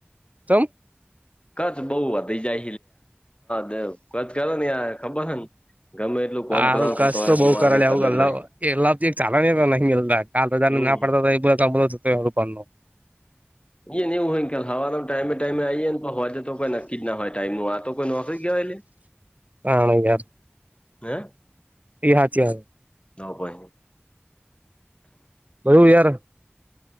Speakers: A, on the right; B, on the left.
A: ચમ?
B: કચ બઉ? વધી જાય છે કચ કરો ને યાર ખબર હ ને ગમે એટલું કોમ
A: સારું
B: કરો
A: કષ
B: તોય
A: બહ
B: મહાદેવ
A: કરે
B: કદર
A: આવું
B: નહી
A: એ ચાલણી નહી કાલ બ <inaudible> <unintelligible>
B: હમ
A: મળ કનું <inaudible> <unintelligible>
B: એઈ ન એવ હોય હવાનો ટાઈમે ટાઈમે આવીઈએ ને પણ હોય તો કોઈ નક્કી જ ના હોય ટાઈમ નુ તો કોઈ નોકરી કેવાય લ્યા...
A: હણ યાર
B: હે
A: હથી <unintelligible>
B: તો પહી
A: બધુ યાર